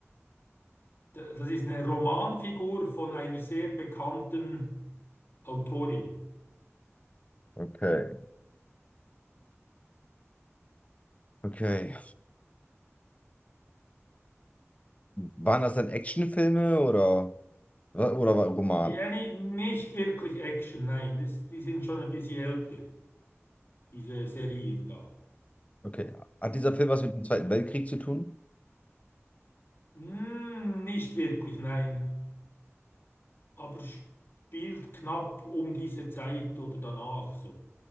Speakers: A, on the left (about 55°); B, on the left (about 30°).
A: d- das ist eine Romanfigur von einer sehr bekannten Autorin.
B: okay. Okay. Waren das dann Actionfilme oder? Wa- Oder war Roman?
A: Ja, ni- nicht wirklich Action, nein. Das, die sind schon ein bisschen älter, diese Serien da.
B: Okay. Hat dieser Film was mit dem Zweiten Weltkrieg zu tun?
A: Hm, nicht wirklich, nein. Aber spielt knapp um diese Zeit oder danach so.